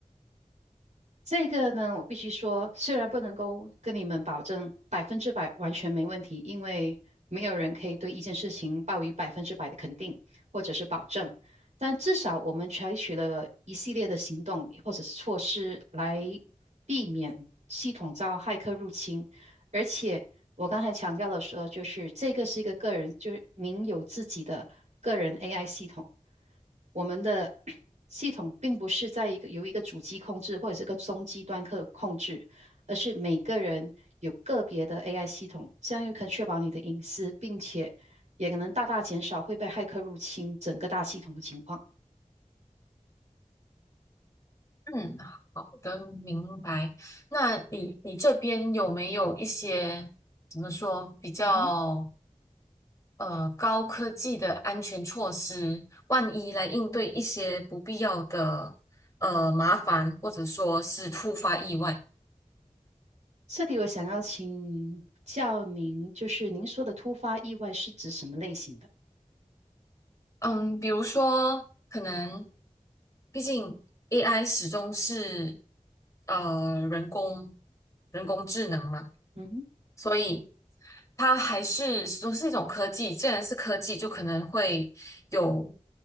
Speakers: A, on the right; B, on the left.
A: 这个呢，我必须说，虽然不能够跟你们保证百分之百完全没问题，因为没有人可以对一件事情抱以百分之百的肯定或者是保证，但至少我们采取了一系列的行动或者是措施来避免系统遭骇客入侵。而且我刚才强调了说，就是这个是一个个人，就是您有自己的个人 AI 系统。我们的 <clears throat> 系统并不是在一个由一个主机控制或者是个中低端客控制，而是每个人有个别的 AI 系统，这样又可以确保你的隐私，并且也能大大减少会被骇客入侵整个大系统的情况。
B: 嗯，好的，明白。那你你这边有没有一些怎么说比较
A: 嗯哼，
B: 呃高科技的安全措施，万一来应对一些不必要的呃麻烦，或者说是突发意外？
A: 这里我想要请教您，就是您说的突发意外是指什么类型的？
B: 嗯，比如说可能，毕竟 AI 始终是呃人工人工智能嘛。
A: 嗯哼，
B: 所以它还是说是一种科技，既然是科技，就可能会有